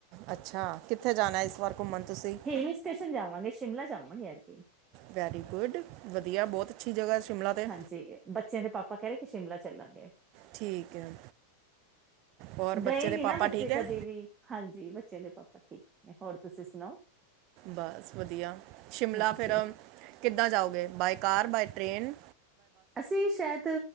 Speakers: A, on the right (about 40°); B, on the right (about 20°).
A: ਅੱਛਾ, ਕਿੱਥੇ ਜਾਣਾ ਇਸ ਵਾਰ ਕੁਮਣ ਤੁਸੀਂ?
B: ਹਿਲ ਸਟੇਸ਼ਨ ਜਾਵਾਂਗੇ ਸ਼ਿਮਲਾ ਜਾਵਾ ਗੀ ਐਦਕੀ।
A: ਵੈਰੀ ਗੁੱਡ ਵਧੀਆ ਬਹੁਤ ਅੱਛੀ ਜਗ੍ਹਾ ਸ਼ਿਮਲਾ 'ਤੇ
B: ਹਾਂਜੀ ਬੱਚਿਆਂ ਦੇ ਪਾਪਾ ਕਹਿ ਰਹੇ ਸ਼ਿਮਲਾ ਚੱਲਾਂਗੇ।
A: ਠੀਕ ਹੈ ਔਰ ਬੱਚੇ
B: ਗਏ ਨੀ
A: ਦੇ
B: ਨਾ
A: ਪਾਪਾ
B: ਬੱਚੇ
A: ਠੀਕ ਹੈ
B: ਕਦੇ ਵੀ ਹਾਂਜੀ ਬੱਚੇ ਦੇ ਪਾਪਾ ਠੀਕ ਨੇ, ਹੋਰ ਤੁਸੀਂ ਸੁਣਾਓ?
A: ਬਸ ਵਧੀਆ ਸ਼ਿਮਲਾ
B: ਹਾਂਜੀ
A: ਫਿਰ ਕਿੱਦਾਂ ਜਾਓਗੇ ਬਾਏ ਕਾਰ ਬਾਏ ਟਰੇਨ?
B: ਅਸੀਂ ਸ਼ਾਇਦ